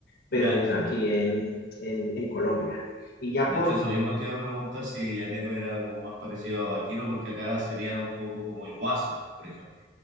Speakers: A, on the left; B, on the right.
A: pero
B: Ya
A: en,
B: entiendo.
A: aquí en, en, en Colombia. Y ya
B: De
A: por
B: hecho, eso mismo te iba a preguntar si Llanero era como más parecido a Vaquero, porque acá sería un poco como el Guaso, por ejemplo.